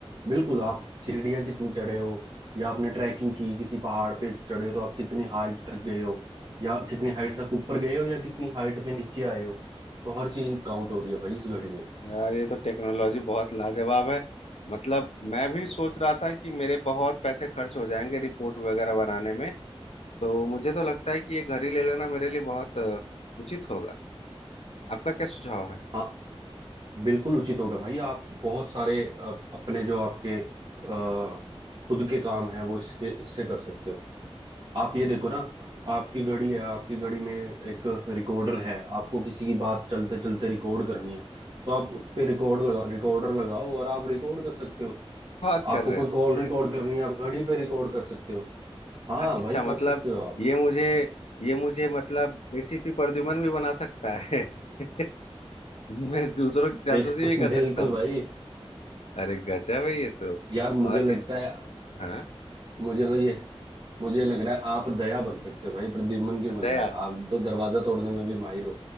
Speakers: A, on the right; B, on the left.
A: बिल्कुल आप सीढ़ियां कितनी चढ़े हो या आपने ट्रैकिंग की किसी पहाड़ पे चढ़े हो तो आप कितनी हाइट तक गए हो या कितनी हाइट तक ऊपर गए हो या कितनी हाइट पे नीचे आए हो तो हर चीज काउंट हो रही है भाई इस घड़ी में
B: यार ये तो टेक्नोलॉजी बहुत लाजवाब है मतलब मैं भी सोच रहा था कि मेरे बहुत पैसे खर्च हो जाएंगे रिपोर्ट वगैरह बनाने में तो मुझे तो लगता है कि ये घर ही ले लेना मेरे लिए बहुत अ, उचित होगा आपका क्या सुझाव है
A: हाँ बिल्कुल उचित होगा भाई आप बहुत सारे अ, अपने जो आपके अ, खुद के काम हैं वो इसके इससे कर सकते हो आप ये देखो ना आपकी घड़ी है आपकी घड़ी में एक रिकॉर्डर है आपको किसी की बात चलते चलते रिकॉर्ड करनी है तो आप उस पे रिकॉर्ड लगा रिकॉर्डर लगाओ और आप रिकॉर्ड कर सकते हो
B: बात
A: आपको
B: कर रहे
A: कोई
B: हो
A: कॉल रिकॉर्ड करनी है आप घड़ी पे रिकॉर्ड कर सकते हो हाँ
B: अच्छा
A: भाई
B: अच्छा
A: कर
B: मतलब
A: सकते हो आप
B: ये मुझे ये मुझे मतलब एसीपी प्रद्युमन भी बना सकता है <laughs> मैं दूसरों की जासूसी
A: बिल-
B: भी
A: <laughs>
B: कर
A: बिल्कुल
B: सकता हूँ
A: भाई
B: अरे गजब है ये तो
A: यार मुझे
B: और
A: लगता
B: इस
A: है
B: हाँ
A: मुझे तो ये मुझे लग रहा है आप दया बन सकते हो भाई प्रद्युम्न क्यों बनना
B: दया
A: है आप तो दरवाजा तोड़ने में भी माहिर हो